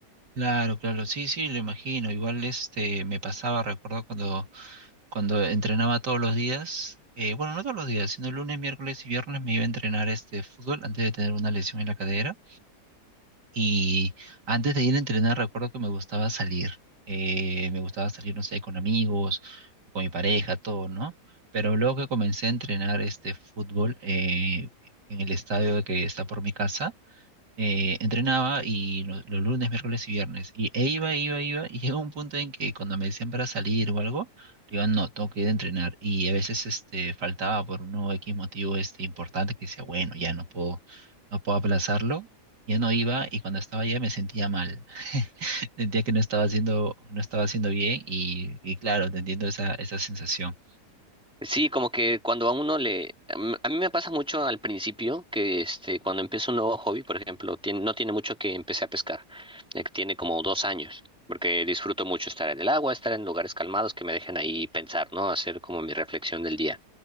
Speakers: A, on the right; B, in the centre.
A: Claro, claro, sí, sí, lo imagino. Igual este me pasaba, recuerdo cuando, cuando entrenaba todos los días, eh, bueno, no todos los días, sino lunes, miércoles y viernes me iba a entrenar este fútbol antes de tener una lesión en la cadera. Y antes de ir a entrenar, recuerdo que me gustaba salir. Eh, me gustaba salir, no sé, con amigos, con mi pareja, todo, ¿no? Pero luego que comencé a entrenar este fútbol eh, en el estadio que está por mi casa, eh, entrenaba y lo- los lunes, miércoles y viernes. Y e iba, iba, iba. Y <laughs> llegó un punto en que cuando me decían para salir o algo, le digo, no, tengo que ir a entrenar. Y a veces este, faltaba por uno X motivo este, importante que decía, bueno, ya no puedo, no puedo aplazarlo. Ya no iba y cuando estaba allá me sentía mal. <laughs> Sentía que no estaba haciendo, no estaba haciendo bien y, y claro, te entiendo esa, esa sensación.
B: Sí, como que cuando a uno le... A m- a mí me pasa mucho al principio que este, cuando empiezo un nuevo hobby, por ejemplo, tien- no tiene mucho que empecé a pescar, eh, que tiene como dos años, porque disfruto mucho estar en el agua, estar en lugares calmados que me dejen ahí pensar, ¿no? Hacer como mi reflexión del día.